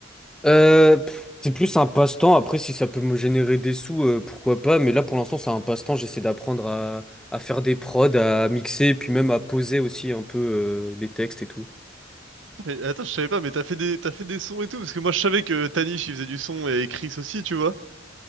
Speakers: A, in the centre; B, on the right (about 70°).
A: Euh, pff, c'est plus un passe-temps. Après, si ça peut me générer des sous, euh, pourquoi pas. Mais là, pour l'instant, c'est un passe-temps. J'essaie d'apprendre à, à faire des prods, à mixer, et puis même à poser aussi un peu euh, des textes et tout.
B: Mais attends, je savais pas, mais t'as fait des, t'as fait des sons et tout, parce que moi je savais que Tanish il faisait du son et Chris aussi, tu vois.